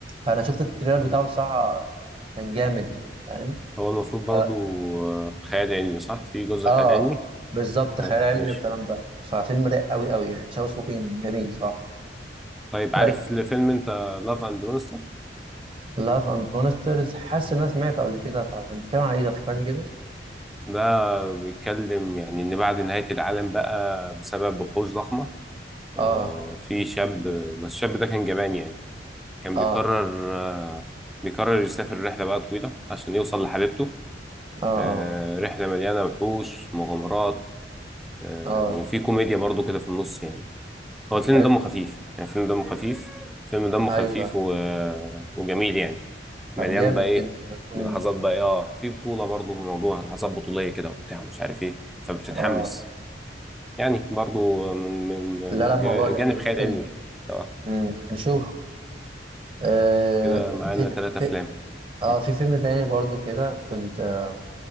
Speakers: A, on the right; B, in the centre.
A: فأنا شفت التريلر
B: مم.
A: بتاعه الصراحة كان جامد يعني فاهم
B: هو المفروض برضو
A: اه,
B: آه، خيال علمي صح في جزء
A: آه
B: خيال علمي
A: بالظبط خيال
B: آه،
A: علمي
B: ماشي
A: والكلام ده ففيلم رايق قوي قوي يعني تشاو سموكينج جميل صح
B: طيب
A: طيب
B: عارف الفيلم انت لاف اند مونستر
A: لاف اند مونسترز حاسس ان انا سمعته قبل كده فكان بيتكلم على ايه ده فكرني كده
B: ده بيتكلم يعني ان بعد نهاية العالم بقى بسبب وحوش ضخمة آه،
A: اه
B: في شاب بس الشاب ده كان جبان يعني كان
A: اه
B: بيقرر آه، بيقرر يسافر رحلة بقى طويلة عشان يوصل لحبيبته
A: اه
B: آه،
A: اه
B: رحلة مليانة وحوش مغامرات آه،
A: اه
B: وفي كوميديا برضو كده في النص يعني
A: طب
B: هو الفيلم
A: حلو
B: دمه خفيف يعني فيلم دمه خفيف فيلم دمه
A: ايوه
B: خفيف و... وجميل يعني
A: طب
B: مليان
A: جامد
B: بقى ايه
A: جدا ده مم.
B: لحظات بقى إيه، اه في بطولة برضه موضوع لحظات بطولية كده وبتاع مش عارف ايه فبتتحمس
A: اه
B: يعني برضه من من
A: لا لا الموضوع
B: جا-
A: جميل
B: جانب خيال
A: ممكن
B: علمي يعني. اه
A: مم. نشوفه آه
B: كده
A: وكان
B: معانا
A: في
B: ثلاثة
A: في
B: افلام
A: اه
B: مم.
A: في فيلم تاني برضو كده كنت آه،